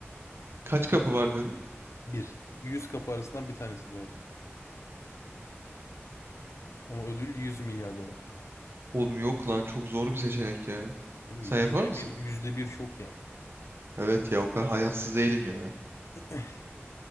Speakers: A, on the right; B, on the left.
A: Kaç kapı var dedim.
B: Bir. 100 kapı arasından bir tanesi doğru. Ama ödül 100 milyar dolar.
A: Oğlum yok lan çok zor bir seçenek ya.
B: Değil mi?
A: Sen yapar
B: Yüzde
A: mısın?
B: bir, yüzde bir şok ya.
A: Evet ya o kadar hayatsız değilim ya.
B: <laughs>